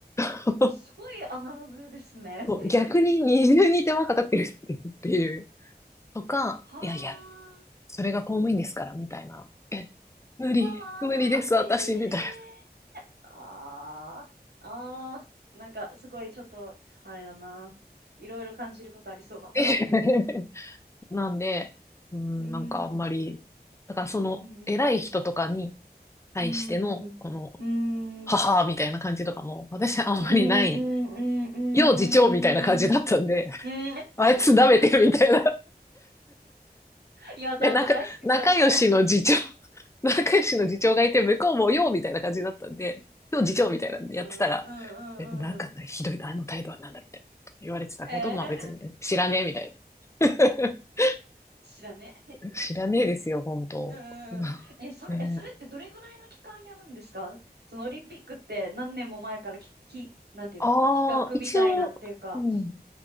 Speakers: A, on the left; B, on the right.
A: <laughs>
B: すごいアナログですね。
A: そう逆に二重に手間かかってるっていう。
B: <laughs>
A: とか、
B: は
A: いやいや、それが公務員ですからみたいな。え、無理、
B: あ、はあ、
A: 無理です、
B: ええ
A: 私、みたいな。
B: ああ、ああ、なんかすごいちょっと、あれだな。いろいろ感じることありそうだな。
A: <laughs> なんで、うん、
B: うーん、
A: なんかあんまり、だからその偉い人とかに
B: うーん、
A: 対しての、
B: うーん、うーん、
A: この、母みたいな感じとかも、
B: うーん、う
A: 私はあんまりない。
B: ーん、うーん、うーん、
A: よう次長みたいな感じだったんで、
B: うーん、うーん <laughs>。
A: あいつ舐めてるみたいな
B: うんいや、なんか大好き、
A: え、なか、仲良しの次長、
B: そういう人。
A: <laughs> 仲良しの次長がいて、向こうもようみたいな感じだったんで、今日次長みたいなのやってたら、
B: うん、うん、う
A: え、なんかねひどい、
B: ん、うん。
A: あの態度はなんだみたいなこと言われてたけど、
B: へえ、
A: まあ別に知らねえみたいな。<laughs>
B: <laughs> 知らね。
A: 知らねえですよ、本当。
B: う
A: <laughs>
B: んえ、それ、
A: ね、
B: え、それってどれぐらいの期間やるんですかそのオリンピックって何年も前からき、き、なんていうの企画みたいなっていうか、
A: ああ、一応、うん、